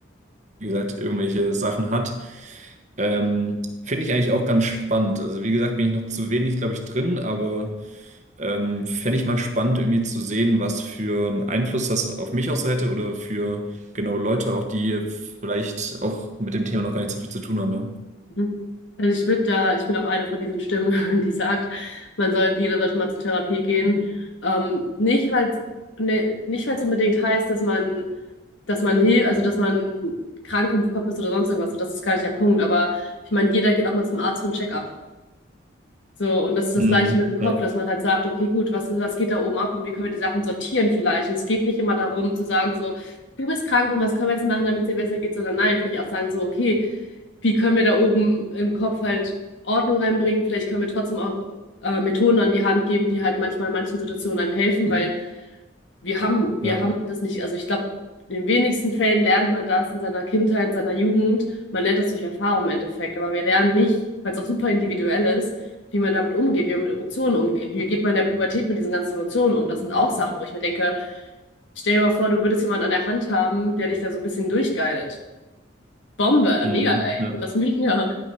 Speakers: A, on the right; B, on the left.
A: wie gesagt, irgendwelche Sachen hat. Ähm, finde ich eigentlich auch ganz spannend. Also wie gesagt, bin ich noch zu wenig, glaube ich, drin, aber ähm, fände ich mal spannend, irgendwie zu sehen, was für einen Einfluss das auf mich auch so hätte oder für genau Leute auch, die vielleicht auch mit dem Thema noch gar nicht so viel zu tun haben. Ja.
B: Mhm. Also ich würde da, ich bin auch eine von diesen Stimmen, <laughs> die sagt, man sollte, jeder sollte mal zur Therapie gehen. Ähm, nicht, weil es ne, nicht, weil es unbedingt heißt, dass man, dass man hilft, also dass man krank im Kopf ist oder sonst irgendwas. So, das ist gar nicht der Punkt. Aber ich meine, jeder geht auch mal zum Arzt für ein Check-up. So, und das ist das
A: Mhm.
B: Gleiche mit dem Kopf,
A: Ja,
B: dass man halt sagt, okay, gut, was, was geht da oben ab und wie können wir die Sachen sortieren vielleicht? Und es geht nicht immer darum zu sagen, so, du bist krank und was können wir jetzt machen, damit es dir besser geht, sondern nein, vielleicht auch sagen so, okay, wie können wir da oben im Kopf halt Ordnung reinbringen. Vielleicht können wir trotzdem auch äh, Methoden an die Hand geben, die halt manchmal in manchen Situationen einem helfen, weil wir haben, wir
A: ja.
B: haben das nicht. Also ich glaube, in den wenigsten Fällen lernt man das in seiner Kindheit, in seiner Jugend. Man lernt das durch Erfahrung im Endeffekt, aber wir lernen nicht, weil es auch super individuell ist, wie man damit umgeht, wie man mit Emotionen umgeht. Wie geht man in der Pubertät mit diesen ganzen Emotionen um? Das sind auch Sachen, wo ich mir denke, stell dir mal vor, du würdest jemanden an der Hand haben, der dich da so ein bisschen durchgeilt. Bombe,
A: Mhm.
B: mega geil.
A: Ja,
B: Ich finde das mega.